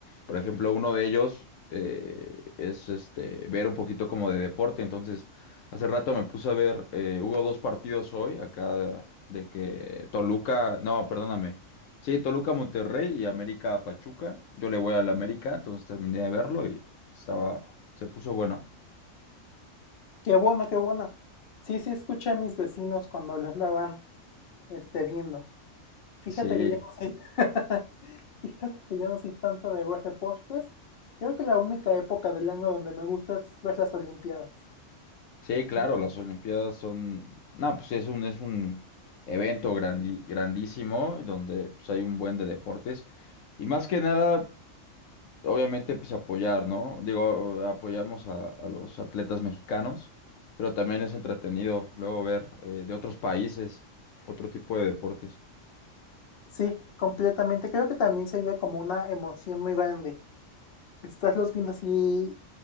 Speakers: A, on the left (about 75°); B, on the left (about 50°).
A: Por ejemplo, uno de ellos eh, es este, ver un poquito como de deporte. Entonces, hace rato me puse a ver, eh, hubo dos partidos hoy acá de que Toluca, no, perdóname. Sí, Toluca Monterrey y América Pachuca. Yo le voy al América, entonces terminé de verlo y estaba, se puso bueno.
B: Qué bueno, qué bueno. Sí, sí, escuché a mis vecinos cuando lo andaban, este, viendo. Fíjate
A: Sí.
B: que yo no soy, <laughs> fíjate que yo no soy tanto de ver deportes. Creo que la única época del año donde me gusta es ver las Olimpiadas.
A: Sí, claro,
B: Sí, ¿no?
A: las Olimpiadas son, no, pues es un, es un evento grandi- grandísimo donde pues, hay un buen de deportes y más que nada, obviamente, pues apoyar, ¿no? Digo, apoyamos a, a los atletas mexicanos, pero también es entretenido luego ver eh, de otros países otro tipo de deportes.
B: sí, completamente. Creo que también se vive como una emoción muy grande. Estás los viendo así,